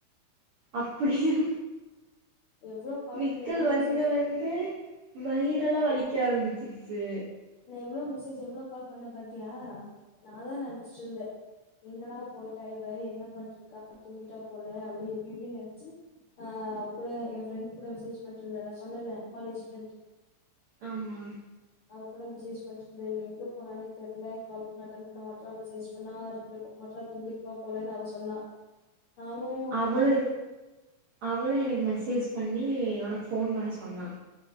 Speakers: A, on the right; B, on the left.
A: அப்பிடியா
B: எவ்ளோ கால்
A: விக்கல்
B: பண்ணி எவ்ளோ
A: வந்து
B: மெசேஜ்
A: வந்து வயிறெல்லா வலிக்க ஆரம்பிச்சிருச்சு
B: நா எவ்ளோ மெசேஜ் எவ்ளோ கால் பண்ண பாத்தியா நா அதா நெனச்சிட்ருந்தே எங்கடா போயிட்டா இவ என்ன பண்ட்ருக்கா தூங்கிட்டா போல அப்டி இப்டி இப்டின் நெனச்சி நா அவ கூட ஏ ஃப்ரண்ட் கூட மெசேஜ் பண்ட்ருந்த நா சொன்னல கலேஜ் ஃப்ரண்ட்
A: ஆமா
B: நா கூட மெசேஜ் பண்ட்ருந்தே இவ எங்க போனானே தெர்ல கால் பண்ணா அட்டன் பண்ண மாட்ரா மெசேஜ் பண்ணா ரிப்ளே பண்ண மாட்ரா தூங்கிற் ப்பா போலனு அவ சொன்னா நானு ஆ
A: அவளு
B: தூங்கிரு
A: அவளு எனக் மெசேஜ் பண்ணி ஒனக் ஃபோன் பண்ண சொன்னா